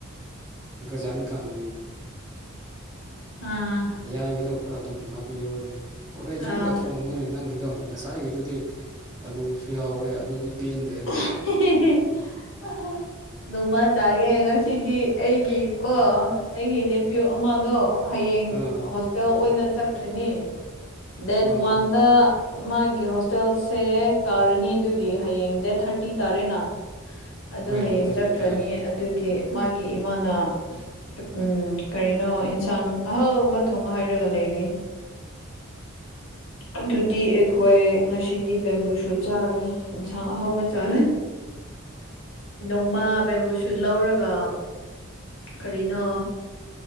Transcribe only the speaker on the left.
ꯑꯥ
ꯑꯥ
ꯑ ꯅꯣꯡꯃ ꯆꯥꯒꯦ ꯉꯁꯤꯗꯤ ꯑꯩꯒꯤꯀꯣ ꯑꯩꯒꯤ ꯅꯦꯐ꯭ꯌꯨ ꯑꯃꯗꯣ ꯍꯌꯦꯡ
ꯍꯣꯁꯇꯦꯜ ꯑꯣꯏꯅ ꯆꯠꯈ꯭ꯔꯤꯅꯤ ꯗꯦꯠ
ꯋꯥꯟꯗ ꯃꯥꯒꯤ ꯍꯣꯁꯇꯦꯜꯁꯦ ꯀꯥꯔꯅꯤ ꯑꯗꯨꯒꯤ ꯍꯌꯦꯡ ꯗꯦ ꯊꯥꯔꯇꯤ ꯇꯥꯔꯦꯅ ꯑꯗꯨ
ꯍꯌꯦꯡ
ꯆꯠꯈ꯭ꯔꯅꯤ
ꯑꯗꯨꯒꯤ ꯃꯥꯒꯤ ꯏꯃꯥꯅ ꯎꯝ ꯀꯔꯤꯅꯣ ꯏꯟꯁꯥꯡ ꯑꯍꯥꯎꯕ ꯊꯣꯡꯉ ꯍꯥꯏꯔꯒ ꯂꯩꯔꯤ ꯑꯗꯨꯗꯤ ꯑꯩꯈꯣꯏ ꯉꯁꯤꯗꯤ ꯕꯦꯝꯕꯨꯁꯨ ꯆꯥꯔꯨꯏ ꯏꯟꯁꯥꯡ ꯑꯍꯥꯎꯧꯕ ꯆ ꯅꯣꯡꯃꯥ ꯕꯕꯨꯁ ꯁꯨ ꯂꯧꯔꯒ ꯀꯔꯤꯅꯣ